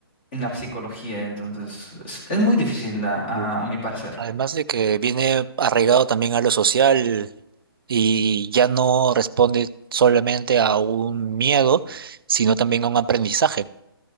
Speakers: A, on the left (about 20°); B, on the right (about 65°).
A: en la psicología. Entonces, es, es muy difícil a a-
B: Sí.
A: a mi parecer.
B: Además de que viene arraigado también a lo social y ya no responde solamente a un miedo, sino también a un aprendizaje.